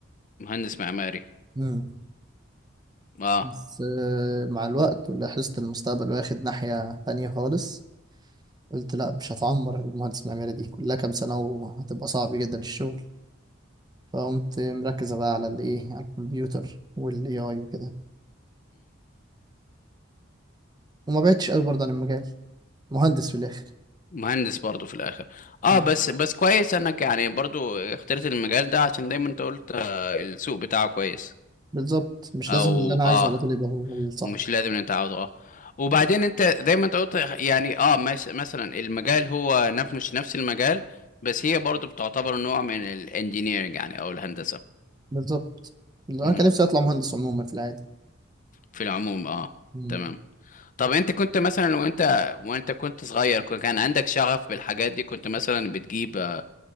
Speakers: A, on the left; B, on the right.
A: مهندس معماري
B: مم.
A: اه
B: بس آه مع الوقت لاحظت إن المستقبل واخد ناحية تانية خالص قلت لا مش هتعمر المهندس المعماري دي كلها كام سنة وهتبقى صعب جدا الشغل فقمت مركزة بقى على الايه على الكمبيوتر والاي اي وكده وما بعدتش قوي برضه عن المجال مهندس في الاخر
A: مهندس برضو في الاخر اه
B: مم.
A: بس بس كويس انك يعني برضو اخترت المجال ده عشان دايما انت قلت آه السوق بتاعه كويس
B: بالظبط مش
A: او
B: لازم اللي انا عايزه
A: اه
B: على طول يبقى هو الصح
A: مش لازم إن انت عاوزه اه وبعدين انت دايما انت قلت يعني اه مش مثلا المجال هو نفس مش نفس المجال بس هي برضو بتعتبر نوع من الانجينيرنج يعني او الهندسة
B: بالظبط انا
A: مهم.
B: كان نفسي اطلع مهندس عموما في العادي
A: في العموم اه
B: مم.
A: تمام طب انت كنت مثلا وانت وانت كنت صغير كان عندك شغف بالحاجات دي كنت مثلا بتجيب آه،